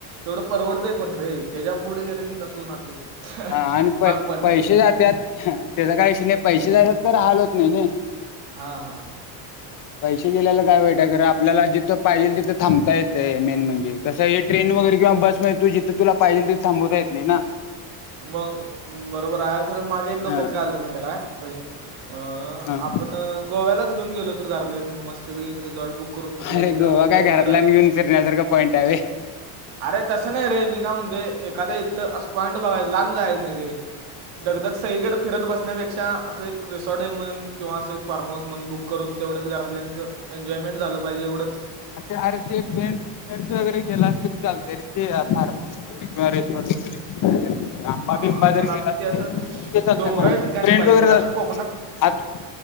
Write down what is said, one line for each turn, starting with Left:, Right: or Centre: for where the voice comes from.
Right: एवढं परवडतं पण रे. त्याच्या पुढे गेलो की कसं होणार ते.
Left: हा आणि प
Right: महाग पडणार
Left: पैसे
Right: ट्रिप
Left: जातेत त्याचा काही विषय नाही. पैसे जात्यात खरं हाल होत नाही नाही.
Right: हा हा.
Left: पैसे गेल्याला काय वाईटय खर आपल्याला जिथं पाहिजेल तिथं थांबता येतय मेन म्हणजे कसं हे ट्रेन. वगैरे किंवा बस म तू जिथं तुला पाहिजे तिथ थांबवता येत नाही ना.
Right: मगं बरोबर आहे खरं माझ्या एक डोक्यात
Left: हां
Right: काय आलत माहिती कायं. अ
Left: हां
Right: आपण गोव्यालाच घेऊन गेलो तर घरतल्यासनी मस्तं पैकी एक रिझॉर्ट बुक. करून तिथल्या
Left: अरे
Right: तिथं
Left: गोवा
Right: इकडं
Left: काय घरातल्यांना
Right: तिकडं
Left: घेऊन फिरण्यासारखा पॉईंट आहे -
Right: अरे तसं नाही रे मी कायं म्हणतोय एखाद्या इथं असं पॉईंट बघाय लांब जायचं नाही रे. दगदग सगळीकडे फिरत बसण्यापेक्षा असं एक रिसॉर्ट आहे म्हण- किंवा असं एक फार्म हाऊस म्हण बुक करून तेवढच घरातल्यांच एन्जॉयमेंट झालं पाहिजे एवढचं
Left: आणि ते अरे ते फ्रेंड्स फ्रेंड्स वगैरे गेलास तरी चालतयं ते. फार्म हाऊस वगैरे किंवा रेस्टॉरंट वगैरे. घेऊन राहिलेलं. आमबा
Right: हां
Left: बिंबा
Right: पण
Left: जर
Right: असं
Left: गेला
Right: ते असं
Left: तरी ते चालत
Right: डोंगराळ
Left: हा
Right: ठिकाणी
Left: फ्रेंड
Right: पाहिजे
Left: वगैरे
Right: मला असं
Left: आता
Right: कोकणात